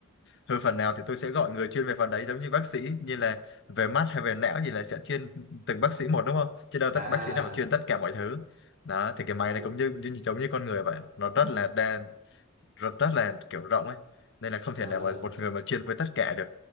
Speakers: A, on the left (about 55°); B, on the right (about 40°).
A: Thôi phần nào thì tôi sẽ gọi người chuyên về phần đấy giống như bác sĩ như là về mắt hay về não gì là sẽ chuyên từng bác sĩ một đúng không? Chứ đâu
B: à
A: tất bác sĩ nào mà chuyên tất cả mọi thứ. Đó thì cái máy này
B: vậy,
A: cũng như, như giống như con người vậy, nó rất là đa rất, rất là kiểu rộng ấy. Nên là không
B: ờ,
A: thể nào mà một người mà chuyên với tất cả được.